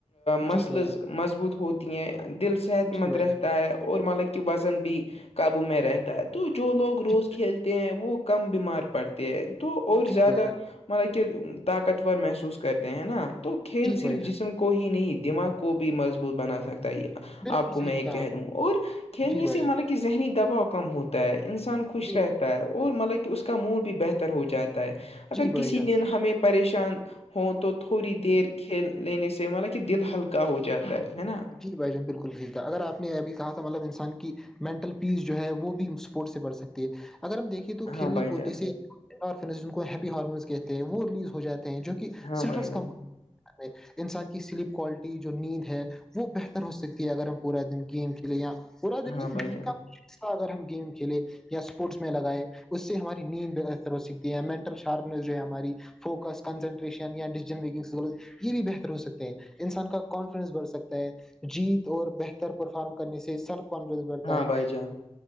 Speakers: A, on the left (about 60°); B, in the centre.
A: مس
B: جی بھائی جان
A: مضبوط ہوتی ہیں دل صحت
B: جی
A: مند
B: بھائی
A: رہتا
B: جان
A: ہے اور مطلب وزن بھی قابو میں رہتا ہے تو جو لوگ روز
B: جی
A: کھیلتے ہیں وہ کم بیمار پڑتے تو اور
B: جی
A: زیادہ
B: بھائی جان
A: مطلب کہ طاقتور محسوس کرتے ہیں نا تو کھیل
B: جی
A: صرف
B: بھائی جان
A: جسم کو ہی نہیں دماغ کو بھی مضبوط بنا سکتا ہے یہ
B: بالکل
A: آپ کو
B: صحیح
A: میں یہ
B: کہا
A: کہہ
B: آپ۔
A: دوں اور کھیلنے
B: جی بھائی
A: سے
B: جان
A: مطلب کہ ذہنی دباؤ کم ہوتا ہے ان سب ان خوش
B: جی
A: رہتا ہے اور مطلب کہ اس کا موڈ بھی بہتر ہو جاتا ہے اگر
B: جی بھائی
A: کسی
B: جان
A: دن ہمیں پریشان ہوں تو تھوڑی دیر کھیل لینے سے مطل کہ دل ہلکا ہو جاتا ہے نا
B: جی بھائی جان بالکل صحیک تھا اگر آپ نے ابھی کہا تھا مطلب انسان کی مینٹل پیس جو ہے وہ بھی اسپورٹس سے بڑھ سکتی ہے اگر ہم دیکھیں تو
A: ہاں
B: کھیلنے
A: بھائی جان
B: کودنے سے آرفنس جن کو ہیپی ہارمونس کہتے ہیں وہ ریلیز ہو جاتے ہیں جو
A: ہاں
B: سٹرس
A: بھائی جان
B: کم کر میں انسان کی سلیپ کوالٹی جو نیند ہے وہ بہتر ہو سکتی ہے اگر ہم پورا دن گیم کھیلیں یا پورا دن
A: ہاں
B: نہیں
A: بھائی
B: دن
A: جان
B: کا ا اگر ہم گیم کھیلے یا اسپورٹس میں لگائے اس سے ہماری نیند طرح سیکھتی ہیں مینٹل شارپنیس جو ہے ہماری فوکس کنسنٹریشنیا ڈن میکنگ سے یہ بھی بہتر ہو سکتے ہیں انسان کا کانفیڈینس بڑھکتا ہے جیت اور بہتر پرفارم کرنے سے سیلف کانفیڈنس بڑھتا
A: ہاں
B: ہے
A: بھائی جان